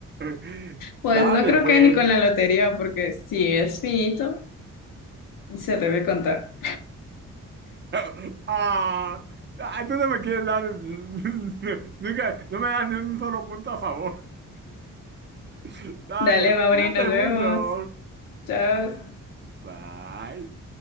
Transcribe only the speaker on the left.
pues
no creo
que ni con la lotería, porque si es finito, se debe contar.
Dale, Mauri,
nos vemos.
Chao.